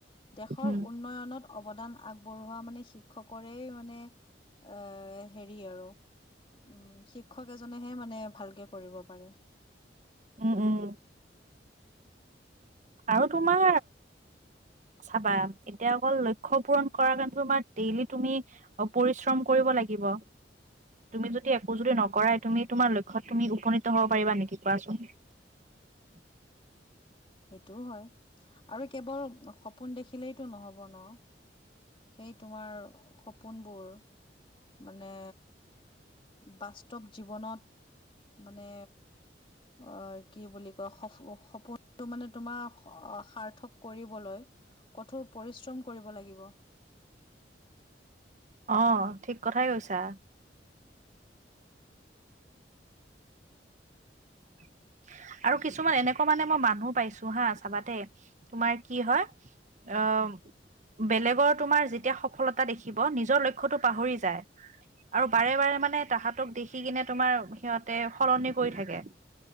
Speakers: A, on the left; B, on the right.
A: দেশৰ
B: উম
A: উন্নয়নত- অৱদান আগবঢ়োৱা মানে শিক্ষকৰে মানে এ হেৰি আৰু উম। শিক্ষক এজনেহে মানে ভালকে কৰিব পাৰে।
B: উম উম। আৰু তোমাৰ চাবা এতিয়া অকল লক্ষ্য পূৰণ কৰা কাৰণে তোমাৰ ডেইলি তুমি অ পৰিশ্ৰম কৰিব লাগিব। তুমি যদি একো যদি নকৰাই তুমি তোমাৰ লক্ষ্যত তুমি উপনীত হব পাৰিবা নেকি কোৱাচোন? <unintelligible>
A: সেইটোও হয় আৰু কেৱল সপোন দেখিলেইতো নহব ন। সেই তোমাৰ সপোনবোৰ। মানে বাস্তৱ জীৱনত মানে অ কি বুলি কয় স সপোনটো মানে তোমাৰ সাৰ্থক কৰিবলৈ কঠোৰ পৰিশ্ৰম কৰিব লাগিব।
B: অ ঠিক কথাই কৈছা। <unintelligible> আৰু কিছুমান এনেকুৱা মানে মই মানুহ পাইছো হা চাবা দেই তোমাৰ কি হয় আহ বেলেগৰ তোমাৰ যেতিয়া সফলতা দেখিব নিজৰ লক্ষ্যটো পাহৰি যায় আৰু বাৰে বাৰে মানে তাহাতক দেখি কিনে তোমাৰ সিহঁতে সলনি কৰি থাকে।